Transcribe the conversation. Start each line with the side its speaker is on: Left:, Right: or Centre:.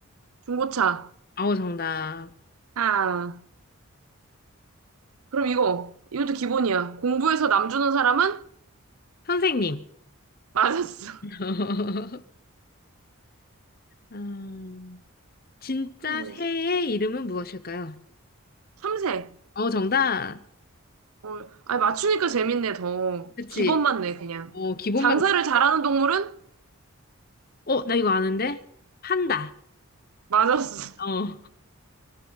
Right: 중고차.
Left: 어, 정답.
Right: 아. 그럼 이거. 이것도 기본이야. 공부해서 남 주는 사람은?
Left: 선생님.
Right: 맞았어.
Left: <laughs> 음, 진짜
Right: <laughs> 또 뭐
Left: 새의
Right: 있을까?
Left: 이름은 무엇일까요?
Right: 참새.
Left: 어, 정답.
Right: 어, 아, 맞추니까 재밌네, 더.
Left: 그치.
Right: 기본맞네 그냥
Left: 어, 기본만
Right: 장사를
Left: 내.
Right: 잘하는 동물은?
Left: 어, 나 이거 아는데? 판다.
Right: 맞았어.
Left: 어.